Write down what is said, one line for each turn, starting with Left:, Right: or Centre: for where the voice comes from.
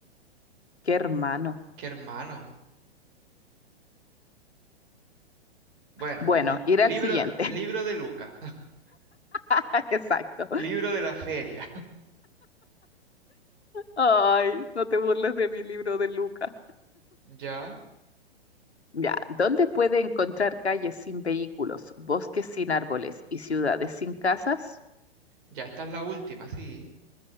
Left: ¿Qué hermano?
Right: Qué hermano. Bueno,
Left: Bueno,
Right: li-
Left: ir
Right: libro,
Left: al siguiente.
Right: libro de Lucas, <laughs>
Left: <laughs> Exacto.
Right: libro de la feria. <laughs>
Left: Ay, no te burles de mi libro de Lucas.
Right: Ya,
Left: Ya, ¿dónde puede encontrar calles sin vehículos, bosques sin árboles y ciudades sin casas?
Right: ya esta es la última, sí.